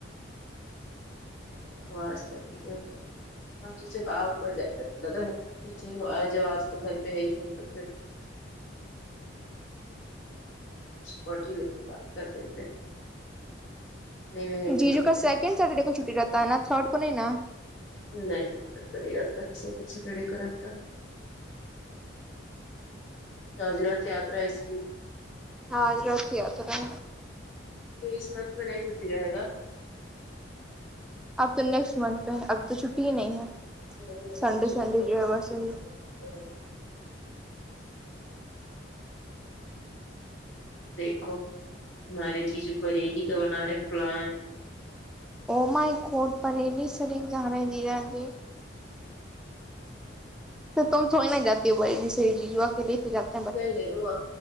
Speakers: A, on the left; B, in the centre.
A: آواز کری ہے گ ہم سے جو کہاں اوپر ج کر لگر آج آاز تو گھر پہ ہے ہی ہے تو پھر پٹی لے کے بات کر لیتے نہیں رہیں گے
B: جی
A: تو
B: جو کا
A: پھر
B: سیکنڈ سیٹرڈے کو چھٹی رہتا ہے نا تھرڈ کو نہیں نا
A: نہیں اٹکا نہیں رکھتا ہم <unintelligible> سکل سٹر ڈ کاکھتا گاج راتھ یاتا اسس
B: ہاں راتھیاتہ ہے
A: تو اس منتھ میں نہیں چھٹی رہے گا
B: اب تو نیکسٹ منتھ پہ اب تو چھٹی ہی نہیں ہے
A: نہیں نہیں
B: سنڈے
A: چھٹی
B: سنڈے
A: نہیں
B: جو ہے ویسے بھی
A: دیکھو تمارے جیجو بریانی کا بنا رہے پلان
B: او مائی گوٹ پرلی شریف جانے جی جا جی تو تم تھوڑی نا جاتی ہو بریلی شریف جیجوا کو لیے تو جات
A: نہیں نہیں وہ